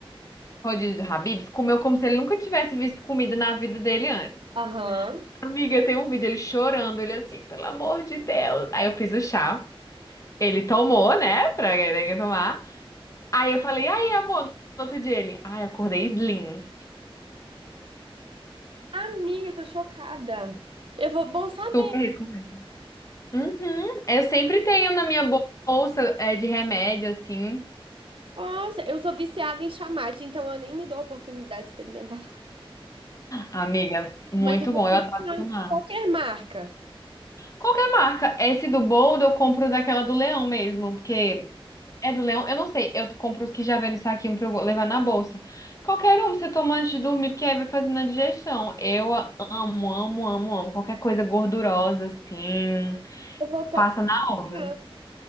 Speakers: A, on the left; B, on the right.
A: o rodízio do Habib's comeu como se ele nunca tivesse visto comida na vida dele antes.
B: Aham.
A: Amiga, tem um vídeo ele chorando, ele assim, pelo amor de Deus. Aí eu fiz o chá. Ele tomou, né? Pra ele tomar. Aí eu falei, aí, amor, no outro dia ele, ai, acordei slim.
B: Amiga, eu tô chocada. Eu vou, bom saber.
A: Super recomendo. Uhum. Eu sempre tenho na minha bolsa é, de remédio, assim.
B: Nossa, eu sou viciada em chamate, então eu nem me dou a oportunidade de experimentar. <laughs>
A: Amiga, muito
B: Mas eu vou
A: bom,
B: comprar
A: eu adoro tomar.
B: qualquer marca.
A: Qualquer marca. Esse do Bold eu compro daquela do Leão mesmo, porque é do Leão, eu não sei, eu compro os que já vêm no saquinho pra eu levar na bolsa. Qualquer um você toma antes de dormir, porque aí vai fazendo a digestão. Eu amo, amo, amo, amo. Qualquer coisa gordurosa, assim.
B: Eu vou to-
A: Passa na hora.
B: comprar.